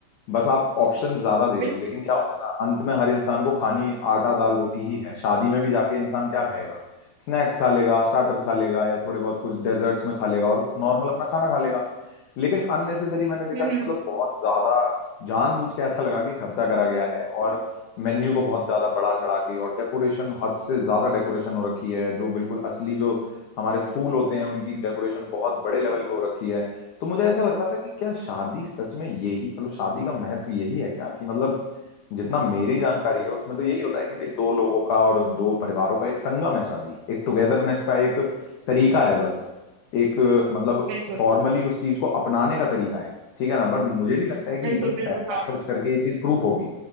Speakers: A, on the left; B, on the right.
A: बस आप ऑप्शन ज्यादा दे
B: बिल्कुल
A: रहे हो लेकिन क्या होता है ना अंत में हर इंसान को खानी आटा दाल रोटी ही है शादी में भी जाके इंसान क्या खाएगा स्नैक्स खा लेगा स्टार्टर्स खा लेगा या थोड़े बहुत कुछ डेजर्ट्स में खा लेगा और नॉर्मल अपना खाना खा लेगा लेकिन अननेसेसरी मैंने देखा
B: बिल्कुल
A: कि मतलब बहुत ज्यादा जानबूझ के ऐसा लगा कि खर्चा करा गया है और मेन्यू को बहुत ज्यादा बड़ा चढ़ा के और डेकोरेशन हद से ज्यादा डेकोरेशन हो रखी है जो बिल्कुल असली जो हमारे फूल होते हैं उनकी डेकोरेशन बहुत बड़े लेवल पे हो रखी है तो मुझे ऐसा लग रहा था कि क्या शादी सच में यही मतलब शादी का महत्व यही है क्या कि मतलब जितना मेरी जानकारी है उसमें तो यही होता है कि भाई दो लोगों का और दो परिवारों का एक संगम है शादी एक टुगेदरनेस का एक तरीका है बस एक मतलब
B: बिल्कुल
A: फॉर्मली उस चीज को अपनाने का तरीका है ठीक है ना पर मुझे नहीं लगता है कि
B: बिल्कुल
A: इतना
B: बिल्कुल
A: पैसा
B: हाँ
A: खर्च करके ये चीज प्रूफ होगी